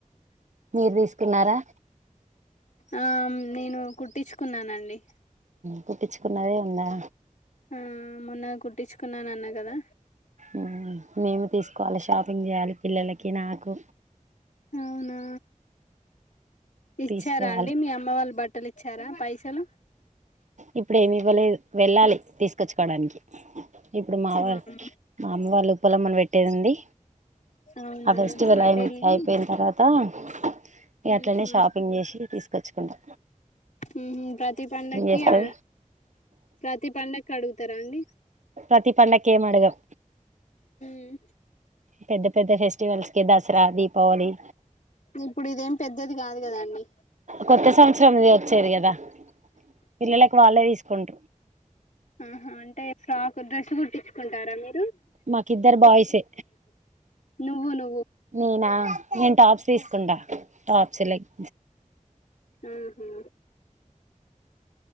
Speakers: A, on the right (about 60°); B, on the left (about 65°).
A: మీరు తీసుకున్నారా
B: ఆ నేను కుట్టించుకున్నానండి
A: కుటిచ్చుకున్నదే ఉందా
B: ఆ మొన్న కుట్టించుకున్నా అన్న కదా
A: ఉమ్ మేము తీసుకోవాలి షాపింగ్ చేయాలి పిల్లలకి నాకు
B: అవునా ఇచ్చారా
A: తీసుకోవాలి
B: అండి మీ అమ్మ వాళ్ళ బట్ బట్టలు ఇచ్చారా పైసలు
A: ఇప్పుడేం ఇవ్వలేదు వెళ్ళాలి తీసుకొచ్చుకోవడానికి ఇప్పుడు మా వాళ్ళ
B: వామ్మో!
A: మా అమ్మ వాళ్ళు ఉప్పలమ్మన పెట్టేదుంది
B: అవునా!
A: ఆ ఫెస్టివల్
B: అటెళ్ళి
A: అయి అయిపోయిన తర్వాత త
B: హుహు.
A: ఇ అట్లనే షాపింగ్ చేసి తీసుకొచ్చుకుంటా
B: మ్హ్ ప్రతి పండక్కి
A: చేస్తది
B: అ ప్రతి పండుక్కి అడుగుతరా అండి
A: ప్రతి పండక్కి ఏం అడగం
B: మ్
A: పెద్ద పెద్ద ఫెస్టివల్స్ కి దసరా దీపావళి
B: ఇప్పుడు ఇదేం పెద్దది కాదు కదండి
A: కొత్త సంవత్సరం అ సరి గదా పిల్లలకి వాళ్ళే తీసుకుంట్రు
B: ఆహా అంటే ఫ్రాక్ డ్రెస్ గుట్టించుకుంటారా మీ
A: మాకిద్దరు బాయ్సే
B: నువ్వు నువ్వు
A: నేనా నేను టాప్స్ తీసుకుంటా టాప్స్లక్
B: ఆహా